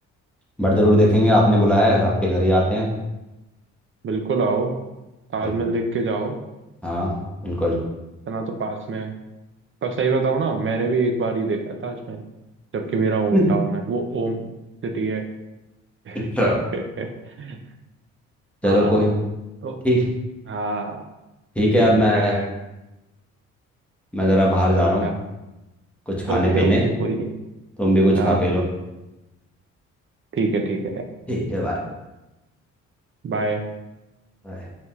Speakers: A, in the centre; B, on the right.
A: बट ज़रूर देखेंगे आपने बुलाया है आपके घर ही आते
B: बिल्कुल आओ ताजमहल
A: हैं
B: देख के जाओ
A: हाँ बिल्कुल
B: इतना तो पास में है पर सही बताओ ना मैंने भी एक बार ही देखा है ताजमहल जबकि मेरा होम
A: <laughs>
B: टाउन है वो होम सिटी है <laughs>
A: अच्छा चलो
B: हाँ
A: कोई नहीं
B: तो
A: ठीक
B: हाँ
A: ठीक
B: ठीक
A: है अब मैं
B: है
A: मैं ज़रा बाहर जा रहा
B: अच्छा
A: हूँ कुछ खाने
B: ओके
A: पीने
B: ओके कोई नहीं
A: तुम भी कुछ
B: हाँ
A: खा पी लो
B: ठीक है ठीक है
A: ठीक है बाय
B: बाय
A: बाय